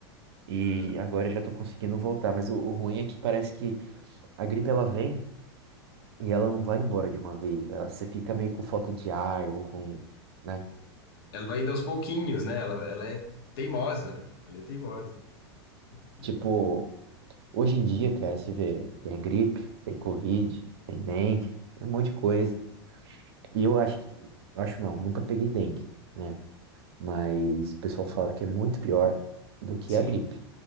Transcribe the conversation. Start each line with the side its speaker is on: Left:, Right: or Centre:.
Right: E
Left: É.
Right: agora eu já tô conseguindo voltar. Mas o, o ruim é que parece que a gripe ela vem e ela não vai embora de uma vez. Ela- você fica meio com falta de ar ou com, né?
Left: Ela vai indo aos pouquinhos, né? Ela, ela é teimosa. Ela é teimosa. E
Right: Tipo,
Left: vai-
Right: hoje em dia, cara, você vê, tem gripe, tem Covid, tem dengue, tem um monte de coisa. E eu acho que, eu acho não, nunca peguei dengue, né? Mas o pessoal fala que é muito pior do que
Left: Sim,
Right: a gripe.